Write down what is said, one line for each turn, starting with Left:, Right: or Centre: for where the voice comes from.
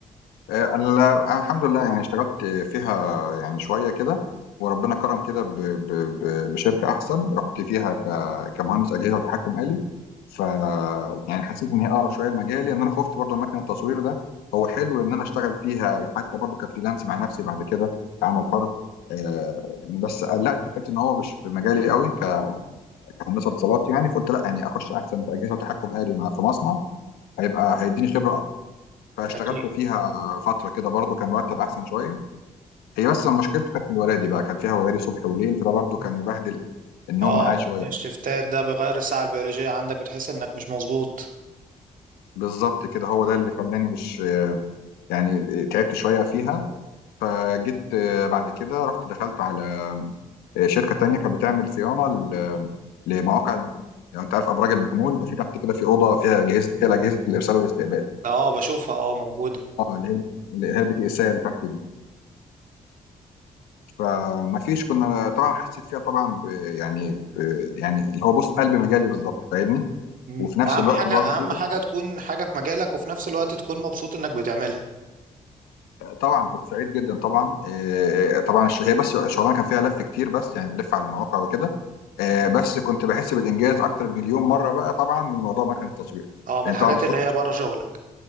Left: آه، ال- الحمد لله يعني اشتغلت فيها يعني شوية كده وربنا كرم كده ب- ب- ب- بشركة أحسن رحت فيها ك- كمهندس أجهزة وتحكم آلي ف يعني حسيت إن هي أقرب شوية لمجالي إن أنا خفت برضو من مكان التصوير ده هو حلو إن أنا أشتغل فيها حتى برضو كفريلانس مع نفسي بعد كده كعمل حر آه، يعني بس قلقت في حته إن هو مش في مجالي قوي ك- كهندسة اتصالات يعني فقلت لا يعني أخش أحسن في أجهزة وتحكم آلي مع في مصنع هيبقى هيديني خبرة فاشتغلت
Right: أكيد
Left: فيها فترة كده برضو كان مرتب أحسن شوية هي بس مشكلته كانت في الورادي بقى كان فيها ورادي صبح وليل فده برضو
Right: مم.
Left: كان مبهدل النوم
Right: اه
Left: معايا شوية
Right: الشفتات ده بيغير الساعه البيولوجيه عندك بتحس انك مش مظبوط
Left: بالظبط كده هو ده اللي خلاني مش يعني تعبت شوية فيها فجيت آه، بعد كده رحت دخلت على آه، شركة تانية كانت بتعمل صيانة ل- لمواقع المحمول يعني أنت عارف أبراج المحمول بقى في تحت كده في أوضة فيها أجهزة فيها أجهزة الإرسال والاستقبال
Right: اه بشوفها اه موجوده
Left: اه اللي هي اللي هي البي تي اس ال تحت دي فما فيش كنا طبعا حسيت فيها طبعا ب يعني ب يعني اللي هو بص قلب مجالي بالظبط فاهمني
Right: مم.
Left: وفي نفس
Right: اهم
Left: الوقت
Right: حاجه
Left: برضه
Right: اهم حاجه تكون حاجه في مجالك وفي نفس الوقت تكون مبسوط انك بتعملها
Left: طبعا كنت سعيد جدا طبعا آه، طبعا الش- هي بس الشغلانه كان فيها لف كتير بس يعني بنلف على المواقع وكده آه،
Right: مم.
Left: بس كنت بحس بالانجاز اكتر مليون مره بقى طبعا من موضوع مكنه التصوير
Right: اه من
Left: يعني
Right: الحاجات
Left: طبعا بتخش
Right: اللي هي بره شغلك